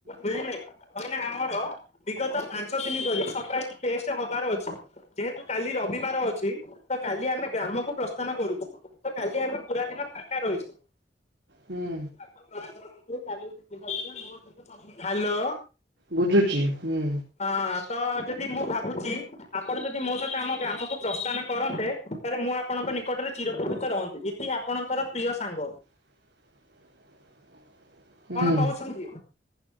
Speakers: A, on the left; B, on the right.
A: ବୁଝିଲେ, କାହିଁକିନା ଆମର ବିଗତ ପାଞ୍ଚ ଦିନ ଧରି ସରପ୍ରାଇଜ୍ ଟେଷ୍ଟ୍ ହବାର ଅଛି। ଯେହେତୁ କାଲି ରବିବାର ଅଛି, ତ କାଲି ଆମେ ଗ୍ରାମକୁ ପ୍ରସ୍ଥାନ କରୁଛୁ। ତ କାଲି ଆମେ ପୁରା ଦିନ ଫାଙ୍କା ରହିବୁ।
B: ହୁଁ
A: <inaudible> କାଲି ଦିନ ଥିଲା ମୋ ସହିତ ହାଲୋ,
B: ବୁଝୁଛି ହୁଁ
A: ହଁ ତ ଯଦି ମୁଁ ଭାବ୍ ଭାବୁଚି, ଆପଣ ଯଦି ମୋ ସହିତ ଆମ ଗ୍ରାମକୁ ପ୍ରସ୍ଥାନ କରନ୍ତେ ତାହେଲେ ମୁଁ ଆପଣଙ୍କ ନିକଟରେ ଚିର <inaudible> ରହନ୍ତି ଇତି ଆପଣଙ୍କର ପ୍ରିୟ ସାଙ୍ଗ।
B: <unintelligible> ହୁଁ
A: କଣ କହୁଛନ୍ତି,